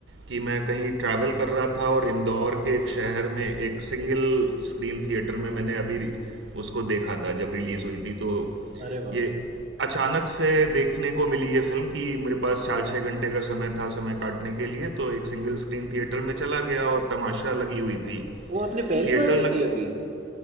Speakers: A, on the right; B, on the right.
A: कि मैं कहीं ट्रैवल कर रहा था और इंदौर के एक शहर में एक सिंगल स्क्रीन थिएटर में मैंने अभी रि- उसको देखा था जब रिलीज़ हुई थी तो
B: अरे वाह
A: ये अचानक से देखने को मिली ये फिल्म कि मेरे पास चार छः घंटे का समय था समय काटने के लिए तो एक सिंगल स्क्रीन थिएटर में चला गया और तमाशा लगी हुई थी
B: वो आपने पहली
A: थिएटर
B: बार देखी
A: लग
B: अभी